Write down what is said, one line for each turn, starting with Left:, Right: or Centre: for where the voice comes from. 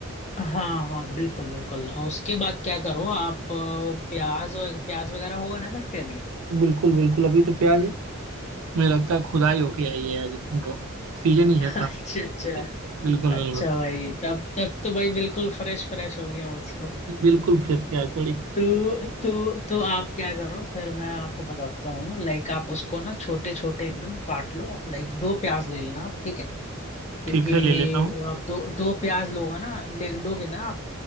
Left: हाँ हाँ बिल्कुल बिल्कुल उसके बाद क्या करो आप अ, प्याज वग- प्याज वगैरह होगा ना घर पे अभी
Right: बिल्कुल बिल्कुल अभी तो प्याज मुझे लगता है खुदाई होके आई है आज उनका सीजन
Left: <laughs>
Right: ही है
Left: अच्छा
Right: था
Left: अच्छा
Right: बिल्कुल
Left: अच्छा
Right: बिल्कुल
Left: भाई तब तब तो भाई बिल्कुल फ्रेश फ्रेश हो गया उसको
Right: बिल्कुल फ्रेश प्याज पड़ी
Left: तो तो तो आप क्या करो फिर मैं आपको बताता हूँ लाइक आप उसको ना छोटे छोटे एकदम काट लो लाइक दो प्याज ले लेना आप ठीक है क्योंकि
Right: ठीक है ले लेता हूँ
Left: आप दो दो प्याज लोगे ना ले लोगे ना आप